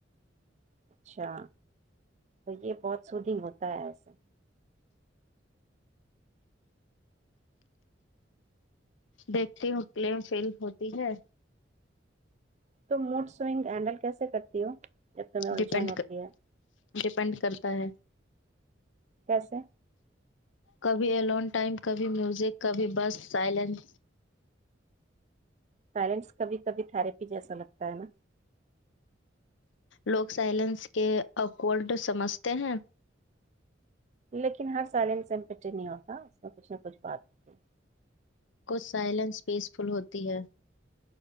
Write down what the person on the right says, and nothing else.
اچھا تو یہ بہت سودھنگ ہوتا ہے ایسے
تو موڈ سئنگ ہینڈل کیسے کرتی ہو جب تمہیں الجھن
ہوتی ہے
کیسے
سائلنس کبھی کبھی تھراپی جیسا لگتا ہے نا
لیکن ہر سائلن سے ایمپٹ نہیں ہوتا اس میں کچھ نہ کچھ بات ہوتی